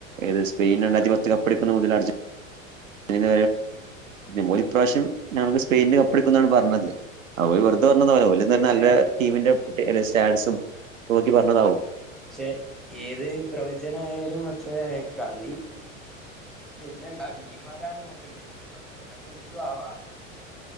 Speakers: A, on the right; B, in the centre.
A: ഏത് സ്പെയിന് അതിപ കപ്പ് എടുക്കുന്ന മുതല് അർജന്റീ ന പോല ഇപ്രാവിശ്യം സ്പെയിന് കപ്പ് എടുക്കുന്നാണ് പറഞ്ഞത്. അ ഓല് വെറുതെ പറഞ്ഞതാവൂല ഓല്
B: പക്ഷെ
A: നല്ല ടീമിന്റെ സ്റ്റാർസും നോക്കി പറഞ്ഞതാവും
B: പക്ഷെ ഏത് പ്രവചനയാലും പക്ഷേ കളി നായി ആ ടീമാരാണ് നോക്കണ്ടേ പ്രവചനംപ്പൊഎന്തു ആവാം.